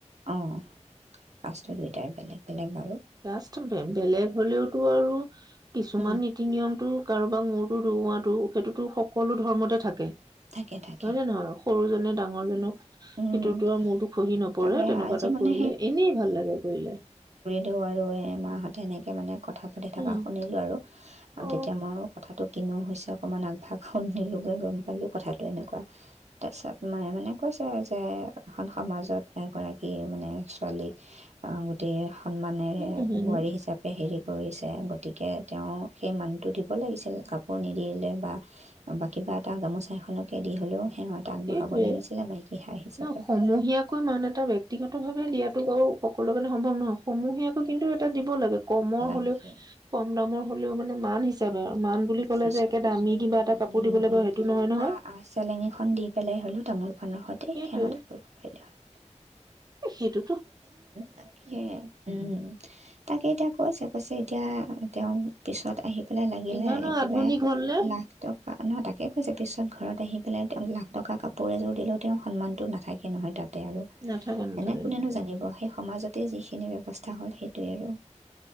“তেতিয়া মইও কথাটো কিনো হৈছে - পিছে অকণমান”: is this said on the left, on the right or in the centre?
Right